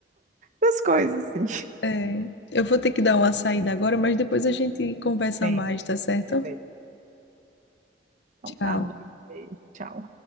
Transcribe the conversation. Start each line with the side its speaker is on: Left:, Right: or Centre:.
Right: essas coisas assim.
Left: É, eu vou ter que dar uma saída agora, mas depois a gente conversa
Right: Sim,
Left: mais, tá certo?
Right: beleza. Então
Left: Tchau.
Right: tá, beijo, beijo, tchau.